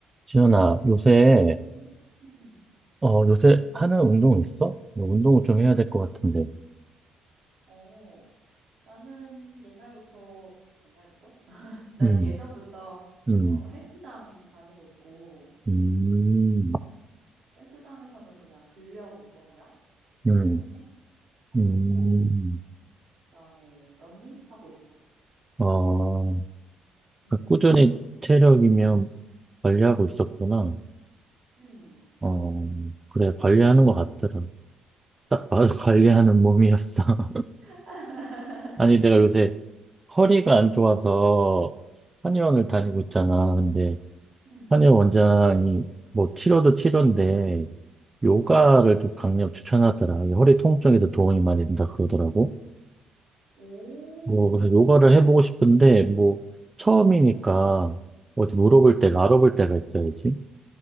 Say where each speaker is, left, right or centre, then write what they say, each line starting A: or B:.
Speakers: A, on the right; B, on the right.
A: 지연아 요새,
B: 음, 음, 음.
A: 어, 요새 하는 운동 있어? 너 운동을 좀 해야 될 것 같은데.
B: 어, 나는 옛날부터, 옛날부터? <laughs> 나는
A: 음,
B: 예전부터
A: 음,
B: 어, 헬스장 다니고 있고,
A: 음,
B: 헬스장에서는 그냥 근력 운동이랑
A: 음,
B: 스트레칭 하고
A: 음.
B: 있고, 그다음에 러닝 하고 있어.
A: 어,
B: 음,
A: 그러니까 꾸준히 체력이면 관리하고 있었구나.
B: 음. 음.
A: 어, 그래, 관리하는 것 같더라. 딱 봐도 <laughs> 관리하는 몸이었어. <laughs>
B: <laughs>
A: 아니, 내가 요새 허리가
B: 음,
A: 안 좋아서 한의원을 다니고
B: 음,
A: 있잖아. 근데
B: 음,
A: 한의원 원장이 뭐 치료도 치료인데 요가를
B: 음, 음.
A: 좀 강력 추천하더라. 이게 허리 통증에도 도움이 많이 된다 그러더라고.
B: 오,
A: 뭐, 그래서 요가를 해보고 싶은데, 뭐, 처음이니까
B: 음,
A: 어디 물어볼 때가, 알아볼 때가 있어야지.